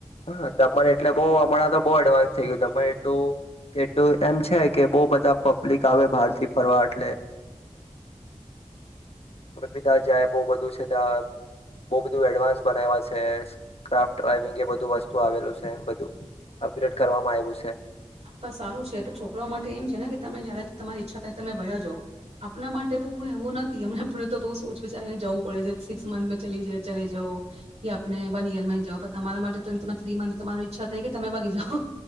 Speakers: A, on the left; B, on the right.
A: હા દમણ એટલે બો હમણાં તો બો એડવાન્સ થઇ ગયું દમણ એટલું કેટલું એમ છે. કે બો બધા પબ્લિક આવે બહારથી ફરવા એટલે બીધા જાય બો બધું છે ત્યાં બો બધું એડવાન્સ બનાવ્યા. છે ક્રાફ્ટ ડ્રાઈવિંગ એ બ ધુ વસ્તુ આવેલું છે બ દુ અકરેટ કરવામાં આવ્યું છે.
B: પણ સારું છે છોકરા માટે એમ છે ને કે તમે જયારે તમારી ઈચ્છા થાય તમે બયા જાવ આપણા માટે બહુ એવું નથી એમને તો સોચ વિચારીને જવું પડે છે સિક્સ મંથ ચલે જવો કે આપને વન યરમાં જાઓ પણ તમારા માટે તો એ થ્રી મા તમાર ઈચ્છા થઈ કે તમે વાગી જાઓ.